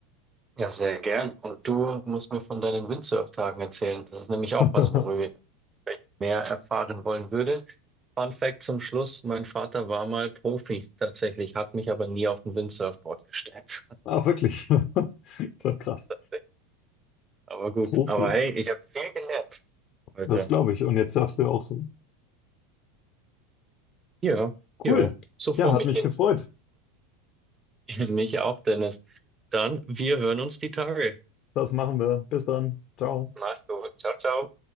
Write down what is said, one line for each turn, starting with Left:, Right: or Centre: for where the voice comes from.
Right: Ja, sehr gern. Und du musst mir von deinen Windsurf-Tagen erzählen. Das ist nämlich auch
Left: <laughs>
Right: was, worüber ich mehr erfahren wollen würde. Fun Fact zum Schluss, mein Vater war mal Profi tatsächlich, hat mich aber nie auf ein Windsurfboard gestellt.
Left: Ah, wirklich. <laughs> Voll krass.
Right: <laughs> Tatsächlich. Aber gut,
Left: Profi.
Right: aber hey, ich habe viel gelernt heute.
Left: Das glaube ich. Und jetzt surfst du ja auch so.
Right: Ja,
Left: Cool.
Right: ja, so
Left: Ja,
Right: vor
Left: hat
Right: mich
Left: mich
Right: hin.
Left: gefreut.
Right: <laughs> Mich auch, Dennis. Dann, wir hören uns die Tage.
Left: Das machen wir. Bis dann. Ciao.
Right: Mach's gut. Ciao, ciao.